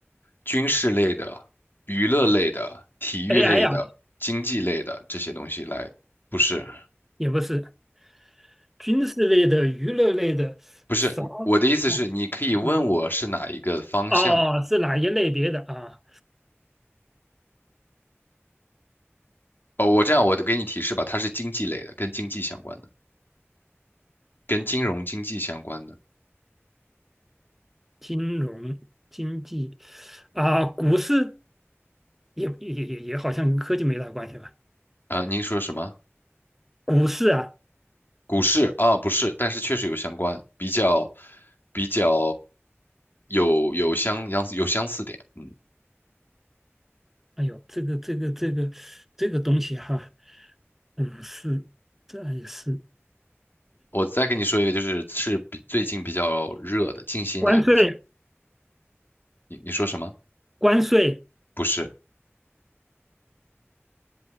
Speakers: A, on the left (about 50°); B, in the centre.
A: 军事类的、娱乐类的、体育类的、
B: AI 呀、
A: 经济类的这些东西来，不是，
B: 也不是，军事类的、娱乐类的，
A: 不是，
B: 啥？
A: 我的意思是，
B: 哦，
A: 你可以问我是哪一个方向。
B: 嗯哦是哪一类别的啊？
A: 哦，我这样，我给你提示吧，它是经济类的，跟经济相关的，跟金融经济相关的。
B: 金融、经济啊，股市也也也也好像跟科技没大关系吧？
A: 啊、您说什么？
B: 股市啊，
A: 股市啊，不是，但是确实有相关，比较比较有有相相有相似点。嗯，
B: 哎呦，这个这个这个这个东西哈、股市这也是
A: 我再跟你说一个，就是是比最近比较热的，近些年比较，
B: 关税，
A: 你你说什么？
B: 关税
A: 不是，